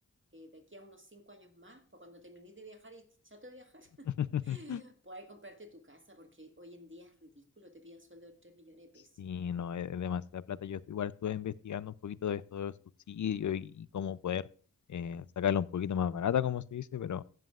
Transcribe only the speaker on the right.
eh, de aquí a unos cinco años más, para cuando termines de viajar y estés chato de viajar, <laughs>
puedas comprarte tu casa, porque hoy en día es ridículo, te piden sueldo de 3 millones de pesos.